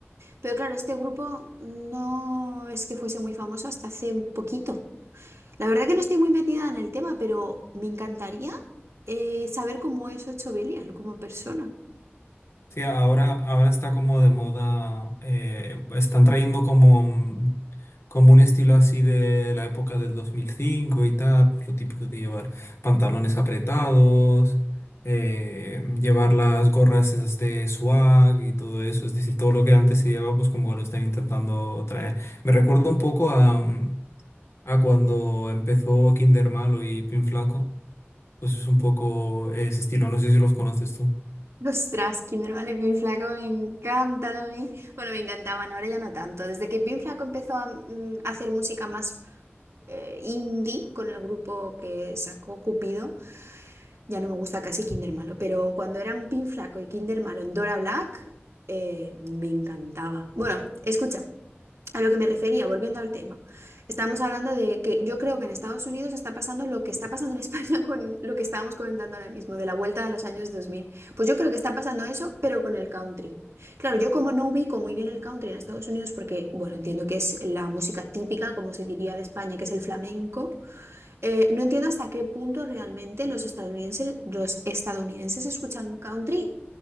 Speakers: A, on the right; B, on the left.
A: pero claro, este grupo no es que fuese muy famoso hasta hace un poquito. La verdad que no estoy muy metida en el tema, pero me encantaría eh, saber cómo es Ocho Belial como persona.
B: Sí, ahora, ahora está como de moda, eh, están trayendo como, un- como un estilo así de la época del 2005 y tal, pues lo típico de llevar pantalones apretados, eh, llevar las gorras esas de swag y todo eso, es decir, todo lo que antes se llevaba, pues como lo están intentando traer. Me recuerda un poco a, mm, a cuando empezó Kinder Malo y Pin Flaco, pues es un poco ese estilo, no sé si los conoces tú.
A: Ostras, Kinder Bueno y Pin Flaco me encantan a mí. Bueno, me encantaban, ahora ya no tanto. Desde que Pin Flaco empezó a mm, a hacer música más eh, indie con el grupo que sacó Cupido, ya no me gusta casi Kinder Malo. Pero cuando eran Pin Flaco y Kinder Malo en Dora Black, eh, me encantaba. Bueno, escucha. A lo que me refería, volviendo al tema, estábamos hablando de que yo creo que en Estados Unidos está pasando lo que está pasando en España <laughs> con lo que estábamos comentando ahora mismo, de la vuelta de los años 2000. Pues yo creo que está pasando eso, pero con el country. Claro, yo como no ubico muy bien el country en Estados Unidos, porque, bueno, entiendo que es la música típica, como se diría de España, que es el flamenco, eh, no entiendo hasta qué punto realmente los estadounidenses, los estadounidenses escuchan country